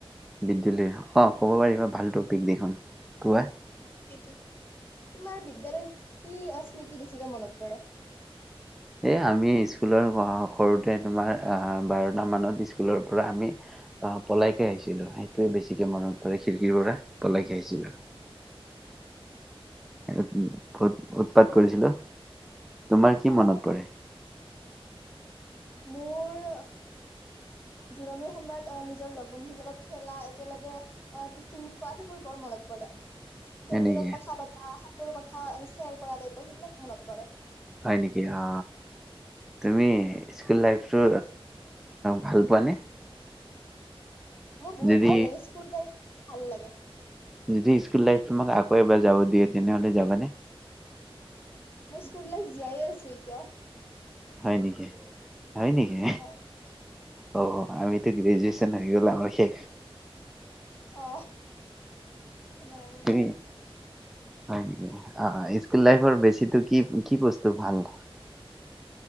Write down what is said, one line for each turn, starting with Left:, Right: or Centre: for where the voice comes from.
Centre: বিদ্যালয় অ ক'ব পাৰিবা ভালটো পিকনিকখন কোৱা
Left: সেই টোন তোমাৰ বিদ্যালয়ৰ কি স্মৃতি বেছিকৈ মনত পৰে?
Centre: এ আমি স্কুলৰ সৰুতে তোমাৰ আহ বাৰটা মানত স্কুলৰ পৰা আমি আহ পলাই কে আহিছিলো সেইটোৱে বেছিকে মনত পৰে খিৰিকীৰ পৰা পলাই কে আহিছিলো উ বহুত উৎপাত কৰিছিলো। তোমাৰ কি
Left: অ
Centre: মনত? পৰে?
Left: মোৰ জিৰণিৰ সময়ত নিজৰ লগ বন্ধুৰ লগত খেলা একেলগে টিফিন খোৱা সেইবোৰ বৰ মনত পৰে।
Centre: হয়
Left: তেওঁলোকৰ
Centre: নেকি?
Left: লগত কথা পাতা লোকৰ কথা শ্বেয়াৰ কৰা টাইপৰ সেইবিলাক মনত পৰে।
Centre: হয় নেকি অ তুমি স্কুল লাইফটো ভাল পোৱানে
Left: মোৰ বহুত
Centre: যদি
Left: ভাল লাগে স্কুল যাই ভাল লাগে
Centre: যদি স্কুল লাইফ তোমাক আকৌ এবাৰ যাব দিয়ে তেনেহ'লে যাবানে?
Left: মই স্কুল লাইফ জীয়াইয়ে আছোঁ এতিয়াও।
Centre: হয় নেকি? হয় নেকি?
Left: হয়
Centre: অ, আমিতো গ্ৰেজুৱেচন আহি গ'লো আমাৰ শেষ
Left: অ। নাই মোৰ।
Centre: তুমি হয় নেকি? আহ স্কুল লাইফৰ বেছিটো কি কি বস্তু ভাল?